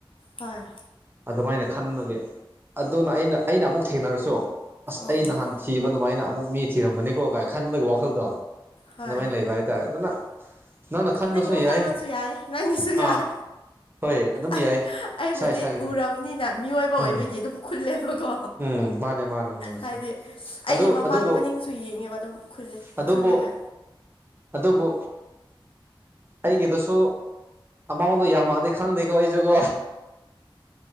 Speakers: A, on the left; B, on the right.
A: ꯍꯣꯏ
B: ꯑꯗꯨꯃꯥꯏꯅ ꯈꯟꯕꯒꯤ ꯑꯗꯨꯅ ꯑꯩꯅ ꯑꯩꯅ ꯑꯃꯨꯛ ꯊꯦꯡꯅꯔꯁꯨ ꯑꯁ
A: ꯎꯝ
B: ꯑꯩ ꯅꯍꯥꯟ ꯊꯤꯕ ꯑꯗꯨꯃꯥꯏꯅ ꯑꯃꯨꯛ ꯃꯤ ꯊꯤꯔꯝꯒꯅꯤꯀꯣ ꯀꯥꯏ ꯈꯟꯕꯒꯤ ꯋꯥꯈꯜꯗꯣ
A: ꯍꯣꯏ
B: ꯑꯗꯨꯃꯥꯏꯅ ꯂꯩꯕ ꯍꯥꯏꯇꯥꯔꯦ ꯑꯗꯨꯅ ꯅꯪꯅ ꯈꯟꯕꯁꯨ
A: ꯅꯪꯒꯤ ꯋꯥꯈꯜꯂꯣꯟꯁꯨ
B: ꯌꯥꯏ
A: ꯌꯥꯏ ꯅꯪꯒꯤꯁꯨ ꯌꯥꯏ
B: ꯑꯥ ꯍꯣꯏ ꯑꯗꯨꯝ
A: ꯑꯩ
B: ꯌꯥꯏ
A: ꯑꯩꯕꯨꯗꯤ
B: ꯏꯁꯥ ꯏꯁꯥꯒꯤꯗ
A: ꯎꯔꯕꯅꯤꯅ ꯃꯤꯑꯣꯏꯕ ꯑꯣꯏꯕꯒꯤ
B: ꯎꯝ
A: ꯑꯗꯨꯝ ꯈꯨꯜꯂꯦꯕꯀꯣ
B: ꯎꯝ ꯃꯥꯅꯦ ꯃꯥꯅꯦ ꯃꯥꯅꯦ
A: ꯍꯥꯏꯗꯤ
B: ꯆꯨꯝ
A: ꯑꯩꯒꯤ
B: ꯑꯗꯨ
A: ꯃꯃꯥꯡ
B: ꯑꯗꯨꯕꯨ
A: ꯃꯅꯤꯡꯁꯨ ꯌꯦꯡꯉꯦꯕ ꯑꯗꯨꯝ ꯈꯨꯜꯂꯦ
B: ꯑꯗꯨꯕꯨ
A: ꯈꯨꯜꯂꯒ
B: ꯑꯗꯨꯕꯨ ꯑꯩꯒꯤꯗꯁꯨ ꯑꯃꯥꯎꯟ ꯗꯨ ꯌꯥꯝꯃꯛ ꯑꯗꯤ ꯈꯪꯗꯦꯀꯣ ꯑꯩꯖꯨꯀꯣ